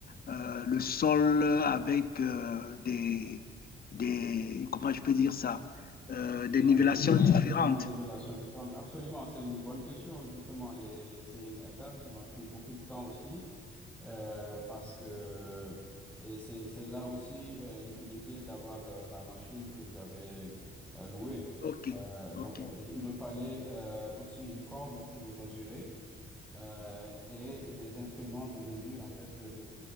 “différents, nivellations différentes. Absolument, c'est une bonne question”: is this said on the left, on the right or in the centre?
Centre